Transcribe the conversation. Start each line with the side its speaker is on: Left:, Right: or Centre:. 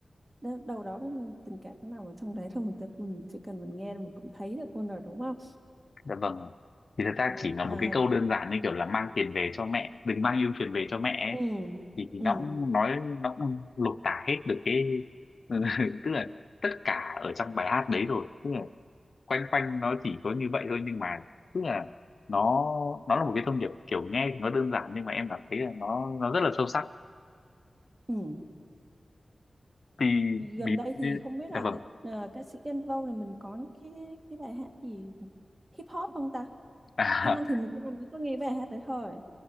Right: đ- đâu đó là tình cảm nó nằm ở trong đấy thôi mình, tự mình chỉ cần mình nghe là mình cũng thấy được luôn rồi đúng không
Left: dạ vâng thì thật ra
Right: Ừ,
Left: chỉ là
Right: à,
Left: một cái câu đơn giản như kiểu là mang tiền về cho mẹ đừng mang ưu phiền về cho mẹ
Right: ừ,
Left: ấy. thì thì
Right: ừ,
Left: nó cũng nói nó cũng lột tả hết được cái <laughs> tức là tất cả ở trong bài hát đấy rồi tức là quanh quanh nó chỉ có như vậy thôi nhưng mà tức là nó nó là một cái thông điệp kiểu nghe thì nó đơn giản nhưng mà em cảm thấy là nó nó rất là sâu sắc
Right: ừ.
Left: thì
Right: gần
Left: ví
Right: đây
Left: dụ như
Right: thì không biết
Left: dạ
Right: là
Left: vâng
Right: cái- à, ca sĩ Đen Vâu này mình có những cái cái bài hát gì hip hop không ta
Left: <laughs> à,
Right: Kim Anh thì mình Kim Anh mới có nghe bài hát đấy thôi